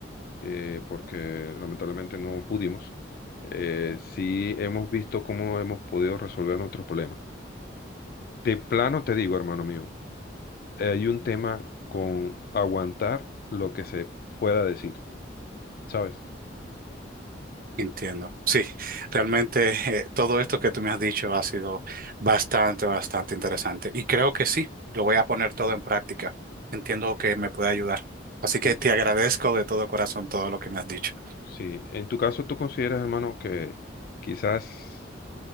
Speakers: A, on the left (about 50°); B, on the right (about 45°).
A: eh, porque lamentablemente no pudimos, eh, sí hemos visto cómo hemos podido resolver nuestros problemas. De plano te digo, hermano mío, hay un tema con aguantar lo que se pueda decir, ¿sabes?
B: Entiendo. Sí, realmente eh, todo esto que tú me has dicho ha sido bastante, bastante interesante. Y creo que sí, lo voy a poner todo en práctica. Entiendo que me puede ayudar. Así
A: Sí.
B: que te agradezco de todo corazón todo lo que me has dicho.
A: Sí, en tu caso tú consideras, hermano, que quizás